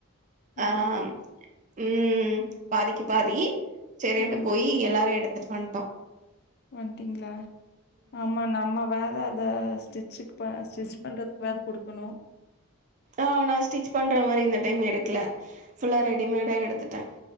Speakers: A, on the left; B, on the right.
A: ஓ
B: ஆஹ் உம் பாதிக்கு பாதி சரின்ட்டு
A: ஆ
B: போயி எல்லாரு எடு துட்டு வண்ட்டோ
A: வன்டீங்களா ஆமா நம்ம வேற அத ஸ்டிச்சு ப ஸ்டிச் பண்றதுக்கு வேற கொடுக்கணு
B: ஆஹ் நா ஸ்டிச் பண்ற மாரி இந்த டைம் எடுக்கல ஃபுல்லா ரெடிமேடா எடுத்துட்டே